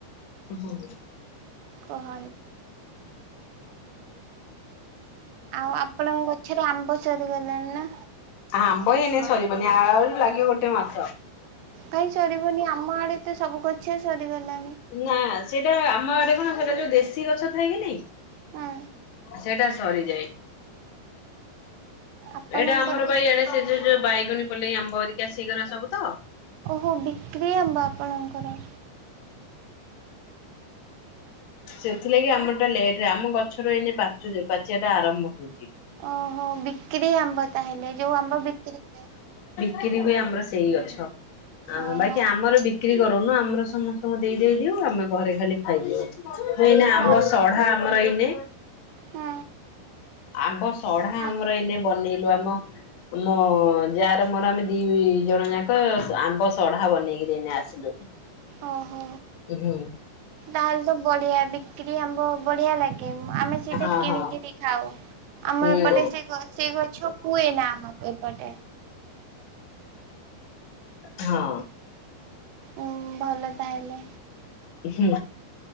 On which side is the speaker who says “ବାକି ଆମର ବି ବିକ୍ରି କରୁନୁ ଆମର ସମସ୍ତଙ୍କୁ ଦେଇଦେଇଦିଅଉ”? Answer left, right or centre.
Left